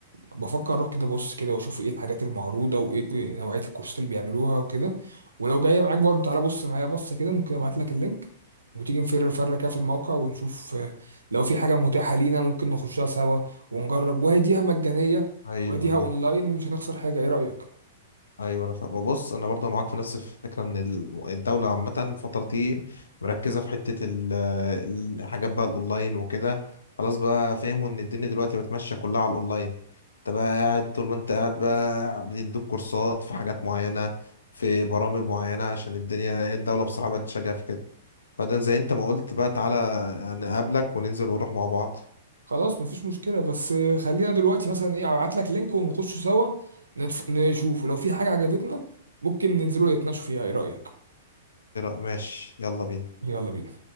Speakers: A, on the right (about 80°); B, on the left (about 75°).
A: بفكر اروح كده بص كده واشوف ايه الحاجات المعروضه وايه نوعيه الكورسات اللي بيعملوها وكده ولو جايه معاك برضه تعالى بص معايا بص كده ممكن ابعت لك اللينك وتيجي نفر فر كده في الموقع ونشوف آه، لو في حاجه متاحه لينا ممكن نخشها سوا ونجرب وهديها مجانيه
B: ايوه
A: وهديها
B: ايوه
A: اونلاين ومش هنخسر حاجه ايه رايك
B: ايوه انا فاهم بص انا برضه معاك في نفس الفكره ان ال- الدوله عامه الفتره دي مركزه في حته ال- الحاجات بقى الاونلاين وكده خلاص بقى فهموا ان الدنيا دلوقتي بقت ماشيه كلها على الاونلاين انت بقى قاعد طول ما انت قاعد بقى بيدوك كورسات في حاجات معينه في برامج معينه عشان الدنيا الدوله بصراحه بقت تشجع في كده فده زي انت ما قلت بقى تعالى نقابلك وننزل ونروح مع بعض
A: خلاص مفيش مشكله بس آه، خلينا دلوقتي مثلا ايه ابعت لك لينك ونخش سوا نتف... نشوف ولو في حاجه عجبتنا ممكن ننزلوا نتناقشوا فيها ايه رايك
B: ماشي يلا بينا
A: يلا بينا